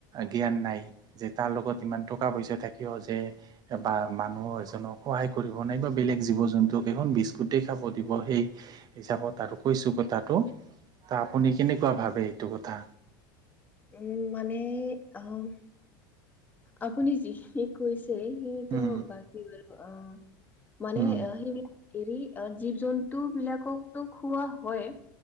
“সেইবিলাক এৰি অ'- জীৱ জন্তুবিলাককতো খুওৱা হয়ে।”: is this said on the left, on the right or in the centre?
Left